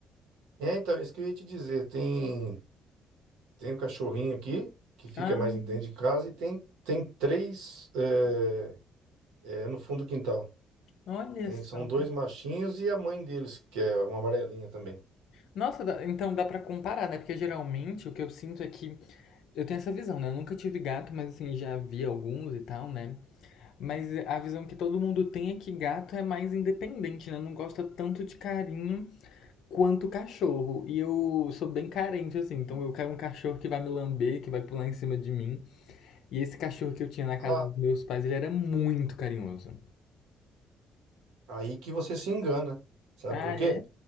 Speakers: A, on the right; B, on the left.
A: É, então, isso que eu ia te dizer. Tem, tem um cachorrinho aqui que fica
B: Ah,
A: mais dentro de casa e tem, tem três é, é, no fundo do quintal.
B: olha
A: Tem,
B: só.
A: são dois machinhos e a mãe deles, que é uma amarelinha também.
B: Nossa, dá- então dá pra comparar, né? Porque geralmente o que eu sinto é que eu tenho essa visão, né? Eu nunca tive gato, mas assim, já vi alguns e tal, né? Mas a visão que todo mundo tem é que gato é mais independente, né? Não gosta tanto de carinho quanto cachorro. E eu sou bem carente, assim. Então eu quero um cachorro que vai me lamber, que vai pular em cima de mim. E esse cachorro que eu tinha na casa
A: Ah,
B: dos meus pais, ele era muito carinhoso.
A: aí que você se engana. Sabe
B: Ah,
A: por quê?
B: é?